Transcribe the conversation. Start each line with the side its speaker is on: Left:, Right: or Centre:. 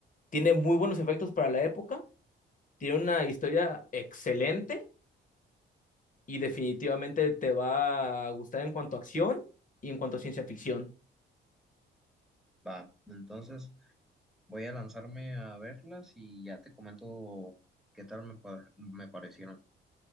Left: Tiene muy buenos efectos para la época, tiene una historia excelente y definitivamente te va a gustar en cuanto a acción y en cuanto a ciencia ficción.
Centre: Va, entonces voy a lanzarme a verlas y ya te comento qué tal me, pa- me parecieron.